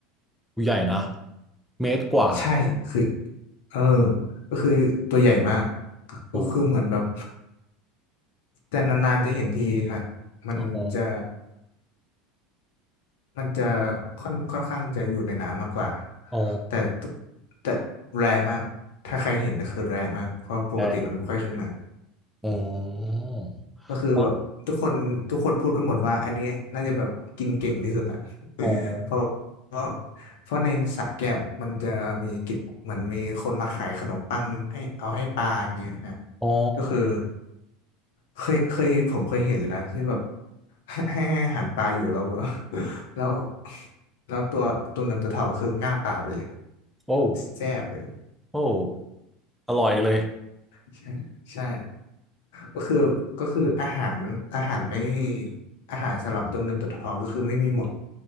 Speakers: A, in the centre; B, on the left.
A: ใหญ่นะเมตรกว่า
B: ใช่คือเออก็คือตัวใหญ่มากก็คือเหมือนแบบ
A: โอ้
B: <laughs> แต่นานๆจะเห็นทีครับมันจะ
A: อ๋อ
B: มันจะค่อนค่อนข้างจะอยู่ในน้ำมากกว่า
A: อ๋อ
B: แต่ตัวแต่แรร์มากถ้าใครเห็นก็คือแรร์มากเพราะปกติมันไม่ค่อยขึ้นมา
A: ไอร์
B: ก็คือแบบทุกคนทุกคนพูดกันหมดว่าอันเนี้ยน่าจะแบบกินเก่งที่สุดละ
A: อ๋ออ๋อ
B: เพราะเพราะเพราะในสระแก้วมันจะมีกิจเหมือนมีคนมาขายขนมปังให้เอาให้ปลาอย่างเงี้ยฮะ
A: อ๋อ
B: ก็คือเคยเคยผมเคยเห็นเลยนะที่แบบ <laughs> ให้ให้อาหารปลาอยู่แล้วแบบ <laughs> แล้วแล้วตัวตัวเงินตัวทองคือง่าบปลาไปเลย
A: โอ้
B: แซ่บเลย
A: โอ้อร่อยเลย
B: <laughs> ใช่ใช่ก็คือก็คืออาหารอาหารไม่อาหารสำหรับตัวเงินตัวทองก็คือไม่มีหมด